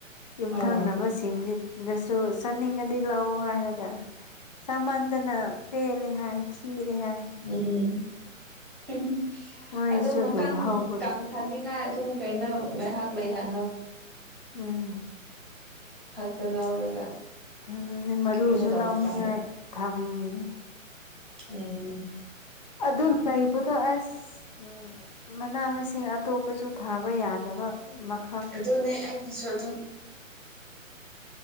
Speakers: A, on the left (about 35°); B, in the centre.
A: ꯌꯨꯝꯊꯪꯅꯕꯁꯤꯡꯖꯦ
B: ꯍꯣꯏ
A: ꯗꯨꯁꯨ ꯆꯥꯅꯤꯡꯉꯗꯤ ꯂꯥꯛꯑꯣ ꯍꯥꯏꯔꯒ ꯆꯃꯟꯗꯅ ꯄꯦꯜꯂꯦ ꯍꯥꯏ ꯈꯤꯔꯦ ꯍꯥꯏ
B: ꯎꯝ ꯍꯝ
A: ꯃꯣꯏꯁꯨ
B: ꯑꯗꯨꯝ ꯃꯀꯟ
A: ꯍꯧꯕꯒꯤ
B: ꯀꯪꯍꯟꯅꯤꯡꯉꯥꯏ ꯑꯗꯨꯝ ꯀꯩꯅꯣ ꯉꯥꯏꯍꯥꯛ ꯂꯩꯍꯜꯂꯣ
A: ꯎꯝ
B: ꯗ ꯂꯧꯔꯒ
A: ꯑꯗꯨꯅꯦ ꯃꯔꯨꯁꯨ
B: ꯀꯩꯅꯣ ꯇꯧꯕ
A: ꯂꯧꯅꯤꯡꯉꯥꯏ
B: ꯀꯥꯟꯗ
A: ꯊꯝꯃꯤꯅꯦ
B: ꯑꯦ
A: ꯗꯨ ꯂꯩꯕꯗꯣ ꯑꯁ ꯎꯝ ꯃꯅꯥ ꯃꯁꯤꯡ ꯑꯇꯣꯞꯄꯁꯨ ꯊꯥꯕ ꯌꯥꯗꯕ ꯃꯛ
B: ꯑꯗꯨꯅꯦ ꯑꯩꯒꯤꯁꯨ <unintelligible> ꯗꯣ